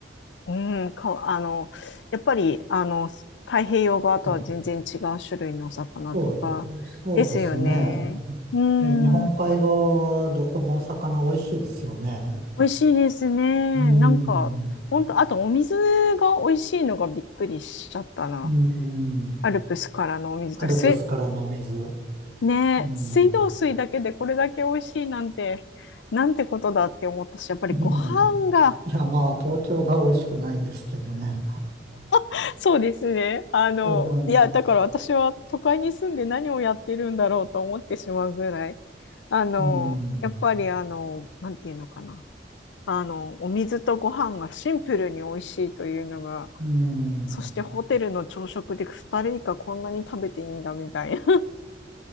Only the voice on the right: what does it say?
そそう、そうですね。
えー、日本海側はどこもお魚美味しいですよね。
うん、
うん、
アルプスからの水。
うん。
<laughs> いや、まあ、東京が美味しくないんですけどね。
うん。
うん。
うん。